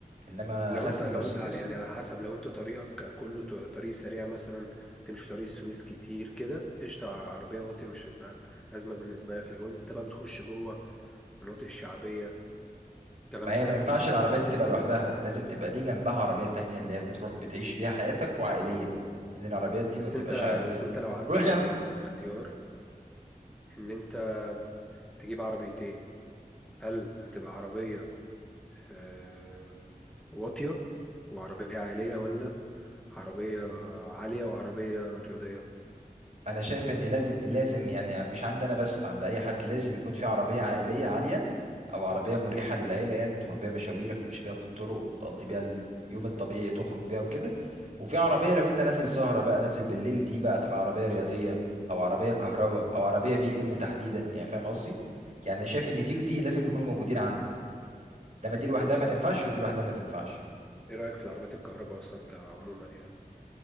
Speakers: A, on the right (about 55°); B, in the centre.
A: انما
B: لو
A: حاسس
B: انت
A: ان
B: لو
A: مرسيدس
B: انت على يعني على حسب لو انت طريقك كله ط- طريق سريع مثلا تمشي طريق السويس كتير كده قشطة عربية واطية مش هتبقى أزمة بالنسبة لك لكن لو انت بقى بتخش جوه المناطق الشعبية الكلام
A: ما هي
B: ده
A: ما ينفعش
B: لا
A: العربية
B: هت- هتفرق
A: دي تبقى لوحدها لازم تبقى دي جنبها عربية تانية اللي هي بتروح بتعيش بيها حياتك وعائلية لأن العربيات دي
B: بس
A: ما بتبقاش
B: انت
A: عائلية
B: بس انت لو عندك
A: روح يا
B: ال-
A: م-
B: الاختيار ان انت تجيب عربيتين هل هتبقى عربية آه، واطية وعربية عائلية ولا عربية عالية وعربية رياضية
A: أنا شايف إن لازم لازم يعني مش عند أنا بس عند أي حد لازم يكون في عربية عائلية عالية أو عربية مريحة للعيلة يعني تروح بيها مشاويرك وتمشي بيها في الطرق وتقضي بيها اليوم الطبيعي تخرج بيها وكده وفي عربية لو أنت نازل سهرة بقى نازل بالليل دي بقى تبقى عربية رياضية أو عربية كهرباء أو عربية بي إم تحديدا يعني فاهم قصدي؟ يعني شايف إن دي
B: مم.
A: ودي لازم يكونوا موجودين عندك ده ما دي لوحدها
B: طب انت
A: ما تنفعش ودي لوحدها ما تنفعش
B: ايه رأيك في العربيات الكهرباء اصلا كعموما يعني